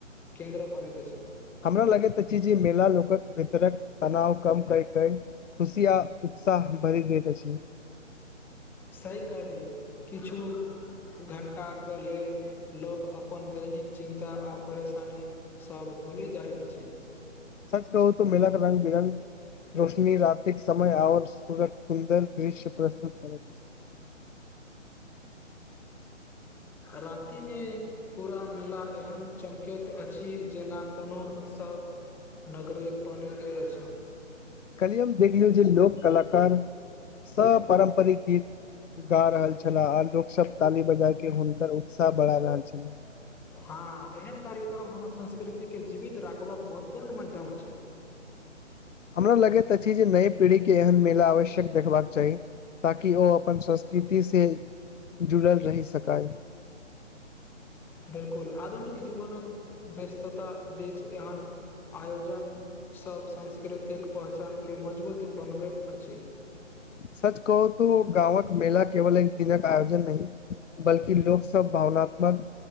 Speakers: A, in the centre; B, on the left.
A: केन्द्र बनैत अछि।
B: हमरा लगैत अछि जे मेला लोकक भीतरक तनाव कम करै कै खुशी आ साह भरी दैत अछी।
A: सही कहलियै किछु घंटाके लेल लोक अपन दैनिक चिन्ता आ परेशानी सभ भुली जाइत अछी।
B: सच कहू त मेलाक रंग बिरङंग रोशनी रातिक समय आओर सूरज सुन्दर दृश्य प्रस्तुत करैत छैय। <inaudible>
A: रातिमे पूरा मेला एहन चमकैत अछि जेना कोनो उत्सव नगरी बनि गेल अछि।
B: कली हम देखलियौ जे लोक कलाकार स पारम्परिक गीत गा रहल छलाह आ लोक सब ताली बजा के हुनकर उत्साह बढ़ा रहल छला।
A: हाँ एहन कार्यक्रम हमर संस्कृतिके जीवित राखबाक महत्वपूर्ण मध्यम अछि।
B: हमरा लगैत अछि जे नयि पीढ़ी के एहन मेला आवश्यक देखबाक चाही ताकि ओ अपन संस्कृति से जुड़ल रहि सकाय।
A: बिल्कुल आधुनिक जीवनक व्यस्तता बीच एहन आयोजन सब सांस्कृतिक पहचानके मजबूत बनबैत अछि।
B: सच कहू तू गाँवक मेला केवल एक दिनक आयोजन नहि बल्कि लोक सब भावनात्मक